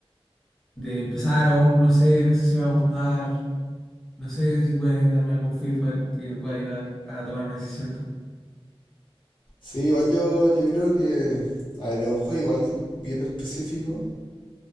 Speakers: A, in the centre; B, on the left (about 55°).
A: de empezar aún, no sé, no sé si me va a gustar, no sé si puedes darme algún feedback que me pueda ayudar a tomar una decisión.
B: Sí, igual yo, yo creo que... A ver, es un juego igual bien específico,